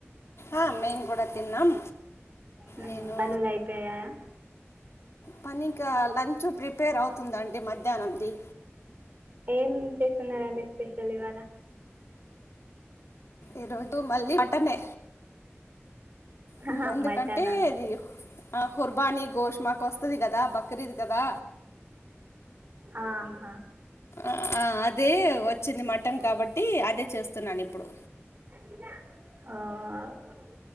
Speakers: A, on the left; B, on the right.
A: ఆహ్ మేము కూడా తిన్నాం
B: మ్మ్.
A: నేను
B: పనులు అయిపోయాయా
A: పని ఇంకా లంచ్ ప్రిపేర్ అవుతుందండి మధ్యాహ్నం ది
B: ఏం చేస్తున్నారండి స్పెషల్ ఇవాళ
A: ఈ రోజు మళ్ళీ మటనే హమ్
B: ఆహా,
A: ఎందుకంటే
B: మటనా
A: ఇది ఆహ్ హుర్బానీ గోష్ మాకు వస్తది కదా బక్రీద్ కదా
B: ఆహా
A: ఆహ్ అదే వచ్చింది మటన్ కాబట్టి అదే చేస్తున్నాను ఇప్పుడు
B: ఓహ్